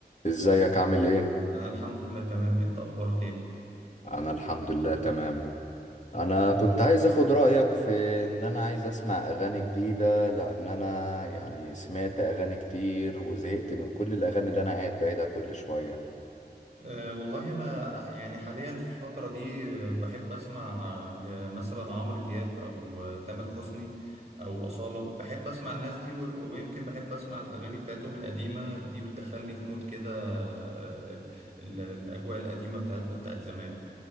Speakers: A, on the left; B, on the right.
A: ازيك عامل ايه؟
B: انا الحمد لله تمام انت اخبارك ايه
A: انا الحمد لله تمام انا كنت عايز اخد رأيك في ان انا عايز اسمع اغاني جديدة لان انا يعني سمعت اغاني كتير وزهقت من كل الاغاني اللي انا قاعد بعيدها كل شوية
B: أه والله انا يعني حاليا في الفتره دي آه، بحب اسمع ل- مثلا عمرو دياب او آه، تامر حسني او اصاله بحب اسمع الناس دي و- ويمكن بحب اسمع الاغاني بتاعتهم القديمه دي بتدخلني في مود كده آه، ال- ال- الاجواء القديمه بتاعتنا بتاعت زمان